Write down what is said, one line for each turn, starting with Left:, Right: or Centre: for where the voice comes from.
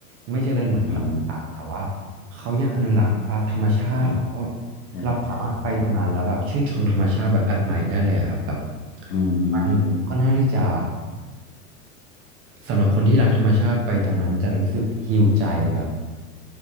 Right: ไม่เจริญเหมือนพัทยาแต่ว่า
Left: อ๋อ
Right: เขายังอนุรักษ์อ่าธรรมชาติแล้ว
Left: เนาะใช่ใช่ใช่
Right: เราสามารถไปตรงนั้นแล้วแบบชื่นชมธรรมชาติแบบแอดไมร์ได้เลยอะครับแบบ
Left: อื
Right: มันก่น่้าที่จะ
Left: ม
Right: สำหรับคนที่รักธรรมชาติไปตรงนั้นจะรู้สึกฮีลใจแบบ